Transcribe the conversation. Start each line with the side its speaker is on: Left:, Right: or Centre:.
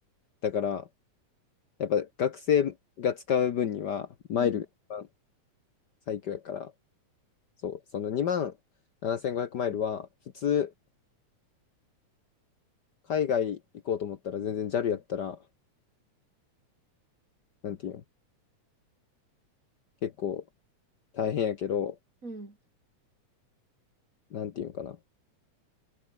Left: だから、やっぱ学生が使う分には、マイルが一番
Right: うん、
Left: 最強やから、そう、その2万7500マイルは、普通、海外行こうと思ったら、全然 JAL やったら、なんていうん、結構大変やけど、
Right: うん、
Left: なんていうんかな、